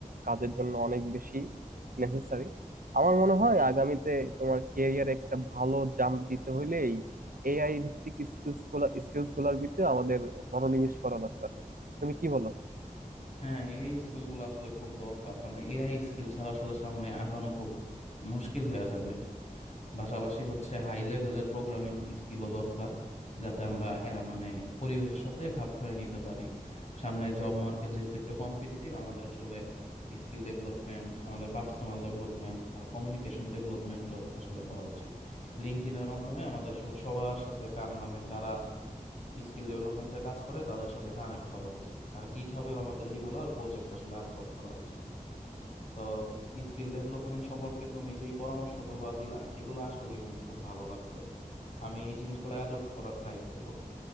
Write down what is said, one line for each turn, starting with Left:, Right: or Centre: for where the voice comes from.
Right: কাজের জন্য অনেক বেশি নেসেসারি আমার মনে হয় আগামীতে তোমার ক্যারিয়ারে একটা ভালো জাম্প দিতে হইলে এই এআই ভিত্তিক স্কিলস গুলা স্কিলস গুলার ভিতরে আমাদের মনোনিবেশ করা দরকার তুমি কি বলো
Left: হ্যাঁ এই স্কিল গুলো আসলে খুব দরকার কারণ এআই স্কিল ছাড়া আসলে সামনে আগানো খুব মুশকিল হয়ে যাবে পাশাপাশি হচ্ছে হাই লেভেলের প্রোগ্রামিং স্কিলও দরকার যাতে আমরা আহ, মানে পরিবেশের সাথে খাপ খাইয়ে নিতে পারি সামনে জব মার্কেট যেহেতু একটু কম্পিটিটিভ আমাদের আসলে স্কিল ডেভেলপমেন্ট আমাদের পার্সোনাল ডেভেলপমেন্ট আর কমিউনিকেশন ডেভেলপমেন্টও আসলে করা উচিত লিঙ্কডইনের মাধ্যমে আমাদের আসলে সবার সাথে কান মানে যারা স্কিল ডেভেলপমেন্টের কাজ করে তাদের সাথে কানেক্ট হওয়া উচিত আর গিটহাবেও আমাদের রেগুলার প্রজেক্ট আসলে আপলোড করা উচিত তো স্কিল ডেভেলপমেন্ট সম্পর্কে তুমি যেই পরামর্শগুলো দিলা এগুলো আসলেই মানে খুব ভালো লাগছে আমি এই জিনিসগুলো অ্যাডপ্ট করার ট্রাই করব